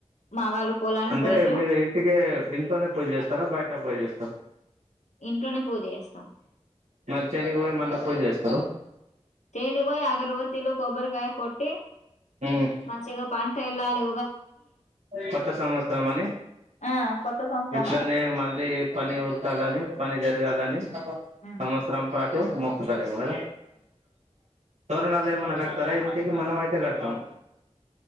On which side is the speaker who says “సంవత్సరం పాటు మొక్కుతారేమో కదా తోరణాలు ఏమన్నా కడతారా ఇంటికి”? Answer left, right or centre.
Right